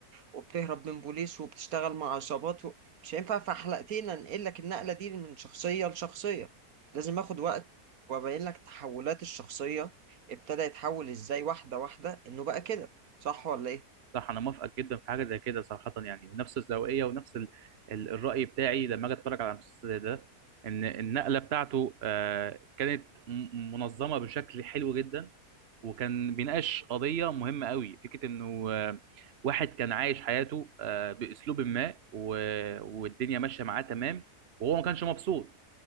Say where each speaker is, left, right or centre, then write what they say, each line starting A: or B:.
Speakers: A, on the right (about 65°); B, on the right (about 45°).
A: وبتهرب من بوليس وبتشتغل مع عصابات و... مش هينفع في حلقتين انقل لك النقلة دي من شخصية لشخصية لازم اخد وقت وابين لك تحولات الشخصية ابتدى يتحول ازاي واحدة واحدة انه بقى كده صح ولا ايه
B: صح انا موافقك جدا في حاجه زي كده صراحه يعني ونفس الزاويه ونفس ال... ال... الراي بتاعي لما اجي اتفرج على المسلسل ده ان النقله بتاعته آه، كانت م- منظمه بشكل حلو جدا وكان بيناقش قضية مهمة قوي فكرة انه آه، واحد كان عايش حياته آه، باسلوب ما و- والدنيا ماشية معاه تمام وهو ما كانش مبسوط